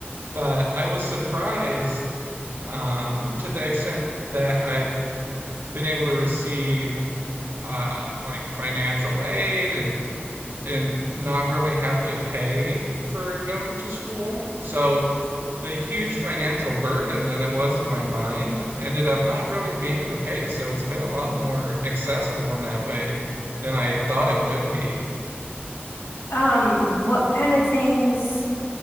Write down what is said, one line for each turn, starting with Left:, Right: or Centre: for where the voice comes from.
Right: But I was surprised um, to the extent that I've been able to receive uh, like financial aid and and not really have to pay for going to school. So the huge financial burden that it was in my mind ended up not really being the case. So it's been a lot more accessible in that way than I thought it would be.
Left: Um, what kind of things,